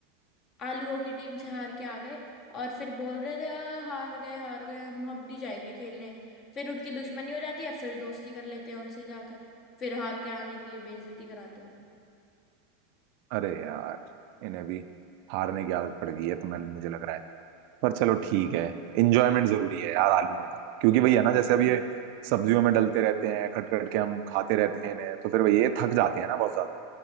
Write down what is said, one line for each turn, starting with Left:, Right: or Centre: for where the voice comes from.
Left: आलूओं की टीम से हार के आ गए और फिर बोल रहे थे "आ, हार गए हार गए हम अब नहीं जाएंगे खेलने फिर उनकी दुश्मनी हो जाती है फिर दोस्ती कर लेते हैं उनसे जाकर फिर हार के आने के लिए बेइज्जती कराते हैं
Right: अरे यार इन्हें भी हारने की आदत पड़ गई है तुम्हें मुझे लग रहा है पर चलो ठीक है इंजॉयमेंट जरूरी है यार आलूओं का क्योंकि वही है ना जैसे अब ये सब्जियों में डलते रहते हैं कट कट के हम खाते रहते हैं इन्हें तो फिर वही ये थक जाते हैं ना बहुत ज्यादा